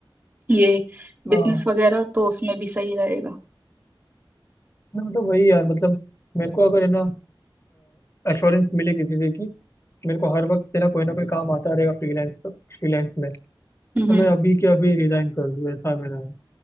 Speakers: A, on the right (about 20°); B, on the left (about 30°).
A: ये बिजनेस
B: हाँ
A: वगैरह तो उसमें भी सही रहेगा
B: मैं मतलब वही यार मतलब मेरे को अगर है ना एश्योरेंस मिले किसी चीज़ की मेरे को हर वक्त है ना कोई ना कोई काम आता रहेगा फ्रीलांस का फ्रीलांस में तो
A: हम्म
B: मैं अभी के अभी रिजाइन कर दूँ ऐसा मेरा है